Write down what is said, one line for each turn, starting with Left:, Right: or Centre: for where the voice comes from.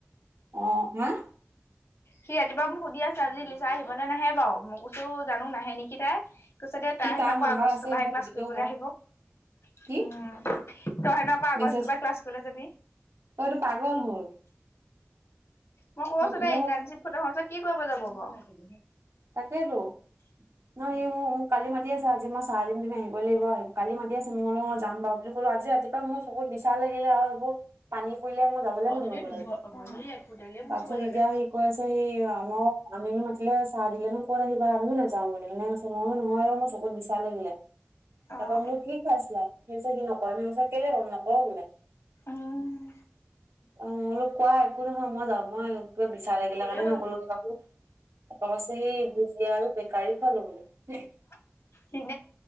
Right: অহ, ৱাহ
Left: সি ৰাতিপুৱা মোক সুধি আছে আজি লিচা আহিবনে নাহে বাৰু মই কৈছু জানো নাহে নেকি তাই। কৈছে দে তাই
Right: সি
Left: হেনো
Right: তাৰ
Left: আকৌ
Right: নাম্বাৰ
Left: আগষ্টৰ
Right: আছে
Left: পৰাহে
Right: মোক
Left: ক্লাছ
Right: সুধিলেও
Left: কৰিবলৈ
Right: হয়
Left: আহিব। উম,
Right: কি
Left: তই হেন আকো আগষ্টৰ
Right: মেছেজ
Left: পা ক্লাছ কৰিবলে যাবি।
Right: অ এইটো পাগল হ'ল
Left: মই কছো
Right: ম-
Left: তাই
Right: মোৰ
Left: ইণ্টাৰ্ণশ্বিপ খতম হৈছে কি কৰিব যাব বাৰু।
Right: তাকেইতো। নহ সি মোৰ মোক কালি মাতি আছে আজিই চাহ দিম তুমি আহিব লাগিব আহ কালি মাতি আছে মই বোলো অহ যাম বাৰু বুলে কত আজি ৰাতিপা মোৰ চকুত বিছ ছা লাগিলে আৰু এইবোৰ পানী পৰিলে মোৰ যাবলে
Left: অ',
Right: মন
Left: যদি
Right: নগল
Left: দুঘৰ
Right: আজি
Left: একোটালে মুচিব
Right: তাৰপিছত
Left: লাগে।
Right: এতিয়া সি ক ছে সি আমৰ আমিনো মাতিলে দিলে নো কত আহিবা আমিও নাযাওঁ বুলে মই কৈছোঁ নহয় অহ মোৰ চকত বিচা লাগিলে।
Left: অ',
Right: তাৰ পৰা মোক কি খুৱাইছিলা <unintelligible> সেই কেনে কম নকৰো বোলে। <inaudible>
Left: উম।
Right: অহ, অলপ কোৱা একো নহয় মই যাওঁ মই। কিবা বিচাৰে আহগিলা
Left: ক'লে
Right: কাৰণে
Left: হ'ল
Right: নকৰলো কিবাকো এপাক আছে সেই ভুজিয়া আৰু গাৰি খোৱালো বোলে
Left: <unintelligible>